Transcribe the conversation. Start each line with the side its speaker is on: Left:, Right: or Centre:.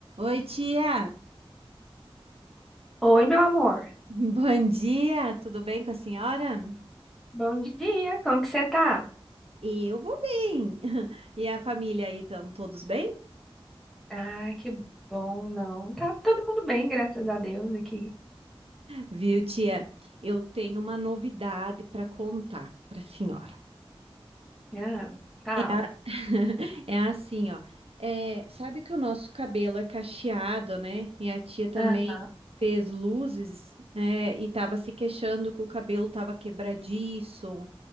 Right: Oi, tia.
Centre: Oi, meu amor.
Right: <laughs> Bom dia. Tudo bem com a senhora?
Centre: Bom dia, como que você tá?
Right: Eu vou bem. <laughs> E a família aí estão todos bem?
Centre: Ai, que bom, não. Tá todo mundo bem, graças a Deus, aqui.
Right: Viu, tia? Eu tenho uma novidade para contar para a senhora.
Centre: Ah, calma.
Right: É, a- <laughs> é assim, ó. É, sabe que o nosso cabelo é cacheado, né? E a tia também
Centre: Aham,
Right: fez luzes, é, e tava se queixando que o cabelo tava quebradiço,